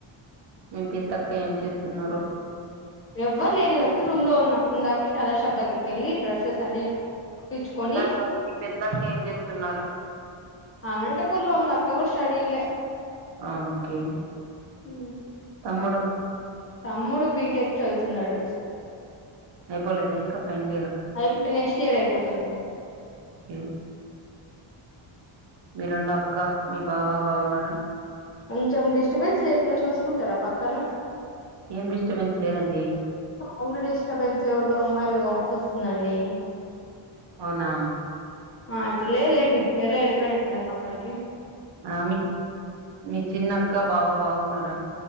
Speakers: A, on the right; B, on the left.
A: ఇంకేంటక్క ఏం చేస్తున్నారు
B: ఎవ్వరు లేరు నేను ఒక్కటి రూమ్ లో ఉన్నా ఇందాకే టాలా షాప్ దగ్గరికి వెళ్ళి డ్రెస్సెస్ అన్ని కుట్టిచ్చుకొని
A: అదక్క మీ పెద్దక్క ఏం చేస్తున్నారు
B: అనంతపూర్ లో ఉంది అక్క కూడా స్టడీంగే
A: ఆ ఓకే
B: ఉ
A: తమ్ముడు
B: తమ్ముడు బీటెక్ చదువుతున్నాడు
A: అయిపోలేదా ఇంకా ఫైనల్ ఇయర్
B: అయిపోయి నెక్స్ట్ ఇయర్ అయిపోతుంది
A: ఇంకేం మీ రెండో అక్క మీ బావా బాగున్నారా
B: కొంచెం డిస్టబెన్స్ లేకుండా చూసుకుంటారా పక్కన
A: ఏం డిస్టర్బెన్స్ లేదండి
B: సౌండ్ డిస్టర్బెన్స్ ఎవరిదో అమ్మాయిలది వాయిస్ వస్తుందండి
A: అవునా
B: ఆ ఇప్పుడు లేదు లేండి ఎల్లో వెళ్ళిపోయినట్టున్నారు పక్కనికి
A: ఆ మీ మీ చిన్నక్క బావా బాగున్నారా